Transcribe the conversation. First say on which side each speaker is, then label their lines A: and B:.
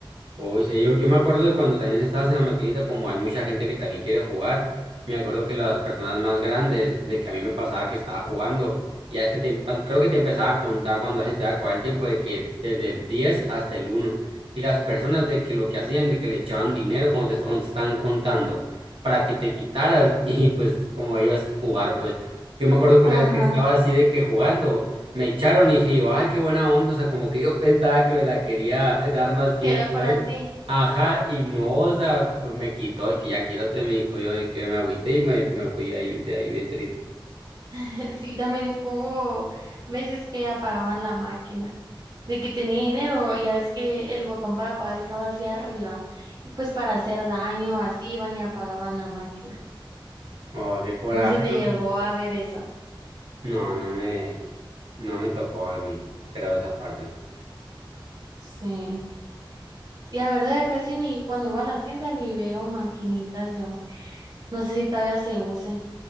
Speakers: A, on the right; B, on the right.
A: Uy, sí, yo, yo me acuerdo de cuando también estabas en la maquinita, como hay mucha gente que también quiere jugar, me acuerdo que las personas más grandes, de que a mí me pasaba que estaba jugando, y es que te, cuan- creo que te empezaba a contar cuando ya se te iba a acabar el tiempo de que desde el 10 hasta el uno y las personas de que lo que hacían, de que le echaban dinero cuando te, est- cuando te estaban contando, para que te quitaras <laughs> y pues como ellos jugar, pues yo me acuerdo que
B: Ajá,
A: una vez que estaba así de que jugando. Me echaron y dije yo, ay, qué buena onda, o sea, como que yo pensaba que me la quería dar más tiempo
B: que era para
A: él
B: ti.
A: Ajá, y no, o sea, pues me quitó, de que ya quítate, me dijo yo, de que me agüité y me, me fui ahí, de ahí bien triste.
B: <laughs> Sí, también hubo veces que apagaban la máquina, de que tenía dinero, ya ves que el botón para pagar estaba hacia arriba, y pues para hacer daño, así iban y apagaban la máquina.
A: Oh, qué coraje,
B: No sé si te
A: ¿no?
B: llegó a ver eso.
A: No, no me, no me tocó a mí, creo esa parte.
B: Sí. Y la verdad, ya casi ni cuando voy a la tienda ni veo maquinitas yo. No sé si todavía se use.